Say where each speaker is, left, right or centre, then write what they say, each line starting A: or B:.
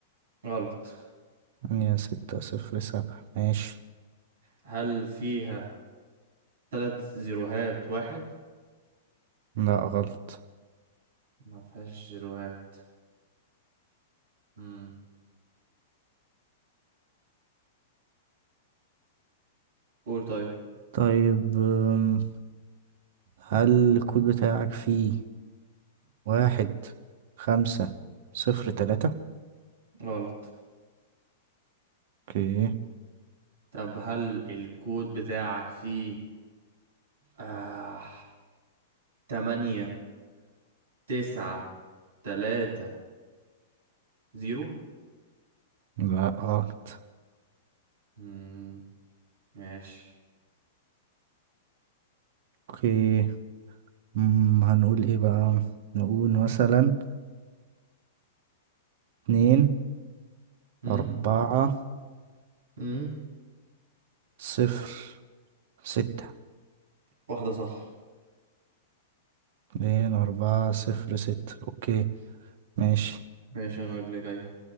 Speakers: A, on the right (about 80°); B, on the right (about 60°).
A: غلط
B: هي ستة صفر سبعة ماشي
A: هل فيها تلات زيروهات واحد
B: لا غلط
A: ما فيهاش زيروهات مم. قول طيب
B: طيب أم، هل الكود بتاعك فيه واحد خمسة صفر تلاتة
A: غلط
B: اوكي
A: طب هل الكود بتاعك فيه آه تمانية تسعة تلاتة زيرو
B: لا غلط
A: مم. ماشي
B: اوكي أم، هنقول ايه بقى نقول مثلا اتنين
A: امم
B: أربعة
A: امم
B: صفر ستة
A: واحدة صح
B: اتنين أربعة صفر ستة اوكي ماشي
A: ماشي أنا اللي جاي